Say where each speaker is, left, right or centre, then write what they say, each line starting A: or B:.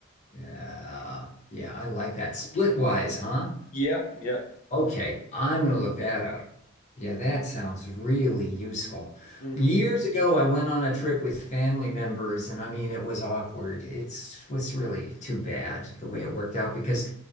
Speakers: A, on the left; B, on the left.
A: Yeah, yeah, I like that. Splitwise, huh?
B: yeah, yeah.
A: Okay, I'm gonna look that up. Yeah, that sounds really useful.
B: hmm
A: Years ago, I went on a trip with family members, and I mean, it was awkward. It was really too bad the way it worked out because